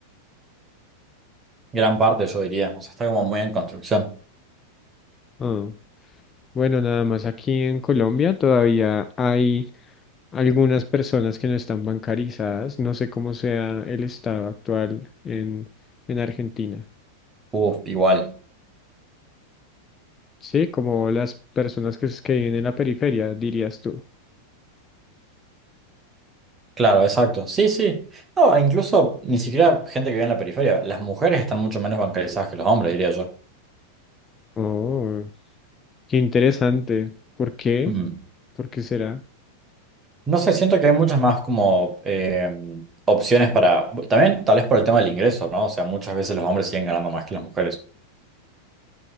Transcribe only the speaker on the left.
Ah, Bueno, nada más aquí en Colombia todavía hay algunas personas que no están bancarizadas. No sé cómo sea el estado actual en, en Argentina.
Sí, como las personas que, s- que viven en la periferia, dirías tú.
Oh. Qué interesante. ¿Por qué?
¿Por qué será?